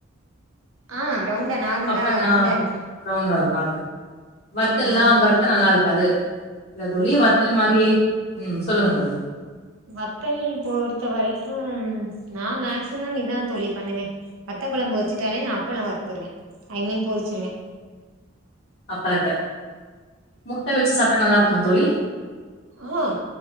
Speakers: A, on the right (about 80°); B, on the left (about 50°).
A: ஆ ரவுண்டா நார்மலா
B: பப்பட்
A: ரௌண்டா
B: ஆ
A: இருக்கும்
B: ரவுண்டா இருக்கு அது வத்தல்லா
A: அந்த
B: வறுத்தா நல்லா இருக்காது இல்ல தோழி வத்தல் மாரி ம் சொல்லுங்க தோழி
A: வத்தல் பொறுத்த வரைக்கும் நா மேக்சிமம் இதா தோழி பண்ணுவே வத்த கொழம்பு வச்சுட்டாலே நா அப்பளலோ வறுத்துருவ ஐ மீன் பொரிச்சிருவ
B: அப்பளத்த முட்ட வச்சு சாப்ட்டா நல்லா இருக்குமா தோழி
A: ஆஹ